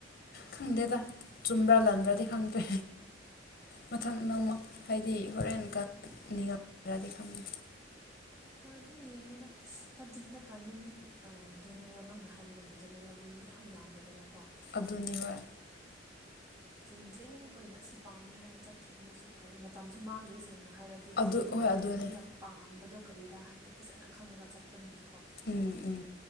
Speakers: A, on the left; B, on the right.
A: ꯈꯪꯗꯦꯗ ꯆꯨꯝꯕ꯭ꯔꯥ ꯂꯥꯟꯕ꯭ꯔꯥꯗꯤ ꯈꯪꯗ꯭ꯔꯦ ꯃꯊꯪ ꯅꯣꯡꯃ ꯍꯥꯏꯗꯤ ꯍꯣꯔꯦꯟ <unintelligible> ꯈꯪꯗꯦ
B: ꯑꯗꯨꯝ ꯌꯦꯡꯉꯣꯗ ꯍꯥꯏꯕꯗꯤ ꯍꯟꯗꯛꯀꯥꯟꯗꯤ ꯃꯤ ꯖꯦꯅꯔꯦꯜ ꯅꯪꯅ ꯍꯥꯏꯕꯒꯨꯝꯅ ꯖꯦꯅꯔꯦꯜ ꯃꯤꯌꯥꯝ ꯌꯥꯝꯃꯤꯗꯅ
A: ꯑꯗꯨꯅꯤ ꯍꯣꯏ
B: ꯆꯨꯝꯗ꯭ꯔꯤꯡ ꯑꯣꯏꯅ ꯑꯁꯤ ꯄꯥꯝꯃꯦ ꯍꯥꯏꯅ ꯆꯠꯈꯤꯕꯅꯁꯨ ꯐꯩ ꯃꯇꯝꯁꯨ ꯃꯥꯡꯗꯦ ꯁꯦꯡꯅ ꯍꯥꯏꯔꯗꯤ
A: ꯑꯗꯨ ꯍꯣꯏ
B: ꯍꯥꯏꯕꯗꯤ
A: ꯑꯗꯨꯅꯦ
B: ꯑꯩꯅ ꯄꯥꯝꯕꯗꯣ ꯀꯔꯤꯔꯥ ꯍꯥꯏꯕꯗꯣ ꯐꯖꯅ ꯈꯪꯉꯒ ꯆꯠꯄꯅꯤꯅ
A: ꯎꯝ ꯎꯝ